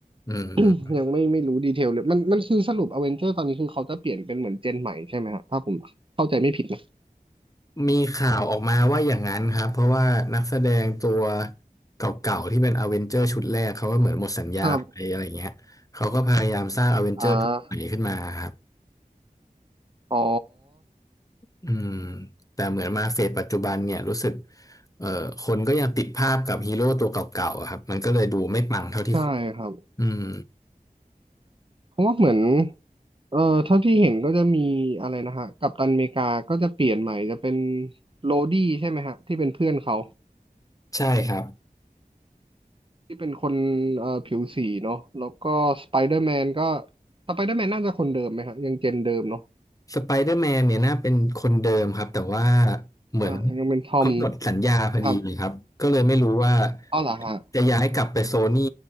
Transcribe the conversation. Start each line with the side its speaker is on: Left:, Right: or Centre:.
Left: อืม
Right: <coughs> <clears throat> ยังไม่ไม่รู้ดีเทลเลยมันมันคือสรุป Avenger ตอนนี้คือเขาจะเปลี่ยนเป็นเหมือนเจนใหม่ใช่ไหมฮะถ้าผมเข้าใจไม่ผิดนะ
Left: มีข่าวออกมาว่าอย่างนั้นครับเพราะว่านักแสดงตัวเก่าๆที่เป็นอเวนเจอร์ชุดแรกเขาก็เหมือนหมดสัญญาไปอะไรเงี้ยเขาก็พยายามสร้างอเวนเจอร์ชุดใหม่ขึ้นมาครับ
Right: ครับอ่าอ๋อ
Left: อืมแต่เหมือนมาเฟสปัจจุบันเนี่ยรู้สึกเอ่อคนก็ยังติดภาพกับฮีโร่ตัวเก่าๆอะครับมันก็เลยดูไม่ปังเท่าที่ควร
Right: ใช่ครับ
Left: อืม
Right: เพราะว่าเหมือนเอ่อเท่าที่เห็นก็จะมีอะไรนะฮะกัปตันอเมริกาก็จะเปลี่ยนใหม่จะเป็นโรดี้ใช่ไหมฮะที่เป็นเพื่อนเขา
Left: ใช่ครับ
Right: ที่เป็นคนเอ่อผิวสีเนาะแล้วก็สไปเดอร์แมนก็สไปเดอร์แมนน่าจะคนเดิมไหมครับยังเจนเดิมเนาะ
Left: สไปเดอร์แมนเนี่ยน่าเป็นคนเดิมครับแต่ว่าเหมือน
Right: อ่ายังเป็นทอม
Left: เขาหมดสัญญาพอดีเลยครับก็เลยไม่รู้ว่า
Right: ครับอ้าวเหรอฮะ
Left: จะย้ายกลับไปโซนี่